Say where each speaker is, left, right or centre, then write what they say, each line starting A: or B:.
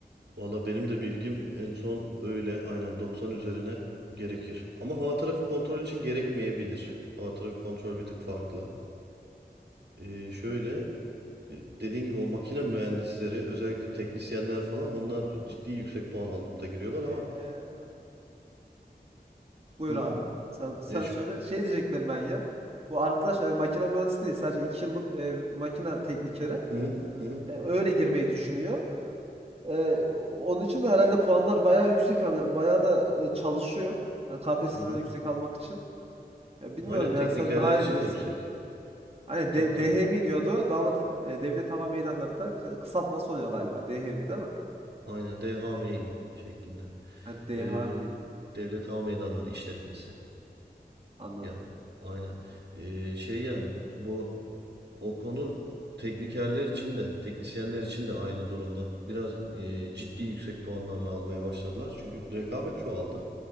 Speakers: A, on the right; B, on the right.
A: Valla benim de bilgim en son öyle aynen 90 üzerine gerekir. Ama hava trafik kontrol için gerekmeyebilir. Hava trafik kontrolü bir tık farklı. Ee, şöyle e, dediğin gibi o makine mühendisleri özellikle teknisyenler falan onlar ciddi yüksek puan alıp da giriyorlar ama
B: Şey, e, buyur
A: hı hı,
B: abi. Sen sen
A: E, şu,
B: söyle. Şey diyecektim ben ya. Bu arkadaş e, makine mühendisi değil. Sadece 2 yıllık e, makine teknikeri.
A: hı hı, hı hı,
B: E, öyle girmeyi düşünüyor. E, onun için de herhalde puanlar bayağı yüksek. Hani bayağı da e, çalışıyor. Yani KPSS'den
A: hı hı.
B: yüksek almak için. Ya bilmiyorum
A: Aynen
B: yani
A: teknikerler
B: sen daha
A: için
B: iyi bilirsin.
A: de yüksek.
B: Hani
A: Tabii
B: D-
A: tabii.
B: DHMİ diyordu. Davlat, e, Devlet Hava Meydanları da işte kısaltması oluyor galiba. DHMİ değil mi?
A: Aynen DHMİ şeklinde.
B: Ha, DHMİ
A: Ee, Devlet Hava Meydanları işletmesi.
B: anladım.
A: Yani aynen. Ee, şey yani bu o konu teknikerler için de teknisyenler için de aynı durumda. Biraz e, ciddi yüksek puanlarla almaya başladılar. Çünkü rekabet çoğaldı